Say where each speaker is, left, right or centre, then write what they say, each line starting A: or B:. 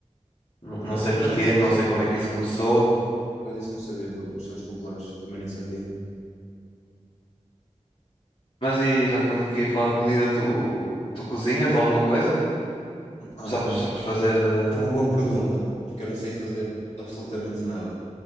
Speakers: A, on the left; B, on the left.
A: N-
B: Por
A: Não
B: acaso,
A: sei
B: por
A: porquê,
B: acaso isso não
A: não
B: sabia.
A: sei como é que isso começou.
B: que- Por acaso isso não sabia dos santos populares comerem sardinha.
A: Mas e já que estamos aqui a falar de comida, tu, tu cozinhas alguma coisa?
B: Olha,
A: Sabes, sabes fazer.
B: ah,
A: eh,
B: é uma boa pergunta, porque eu não sei fazer absolutamente nada.